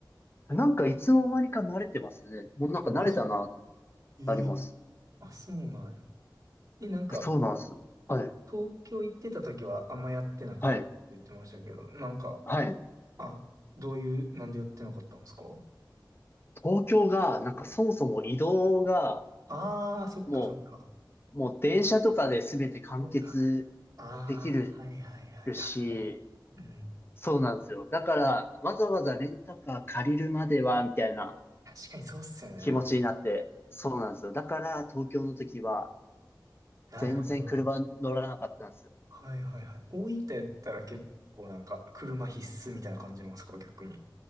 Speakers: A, on the left; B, on the right.
A: なんかいつの間にか慣れてますね。もうなんか慣れたな、
B: あマジええ
A: なります。
B: あ、そうなんや。え、なんか、
A: いやそうなんです。はい。
B: 東京行ってた時はあんまやってなかったって言ってましたけど、
A: はい。
B: なんか、
A: はい。
B: あ、どういう、なんでやってなかったんですか
A: 東京が、なんかそもそも移動が、
B: ああー、そっかそっか。
A: もう、もう電車とかで全て完結
B: そうか。ああ、
A: できる
B: はいはいはい。確かに。
A: し、
B: うん。
A: そうなんですよ。だから、わざわざレンタカー借りるまでは、みたいな
B: 確かにそうっすよね。
A: 気持ちになって、そうなんですよ。だから、東京の時は、
B: なるほど。
A: 全然車乗らなかったんですよ。
B: はいはいはい。大分やったら結構なんか、車必須みたいな感じなんですか逆に。